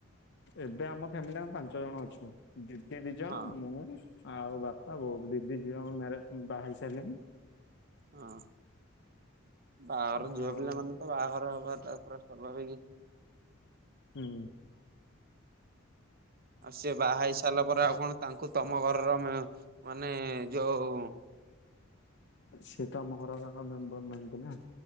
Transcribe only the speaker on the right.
ହଁ
ହଁ ବାହଘର
ଝିଅ ପିଲା ମାନେ ତ ବାହଘର ହବା ଟା ତ ସ୍ୱାଭାବିକ।
ଆଉ ସିଏ ବାହା ହେଇ ସାରିଲା ପରେ ଆଉ କଣ ତାଙ୍କୁ ତମ ଘରର ମାନେ ଯୋଉ